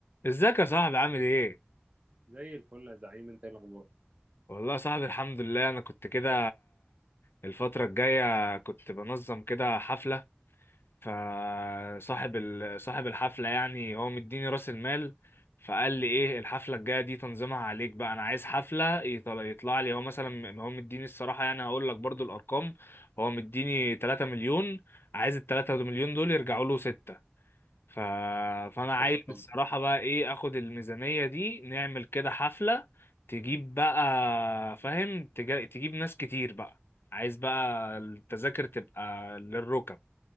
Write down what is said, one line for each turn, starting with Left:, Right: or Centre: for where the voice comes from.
Left: ازيك يا صاحبي عامل ايه
Right: زي الفل يا زعيم انت ايه الاخبار
Left: والله يا صاحبي الحمد لله انا كنت كده الفترة الجاية كنت بنظم كده حفلة فصاحب ال... صاحب الحفلة يعني هو مديني راس المال فقال لي ايه الحفلة الجاية دي تنظيمها عليك بقى انا عايز حفلة يطلع, يطلع لي هو مثلا هو مديني الصراحة يعني هقول لك برضو الارقام هو مديني 3 مليون عايز ال 3 مليون دول يرجعوا له 6 ف... فانا عايز
Right: حلو
Left: الصراحة
Right: أوي.
Left: بقى ايه اخد الميزانية دي نعمل كده حفلة تجيب بقى فاهم تج... تجيب ناس كتير بقى عايز بقى التذاكر تبقى للركب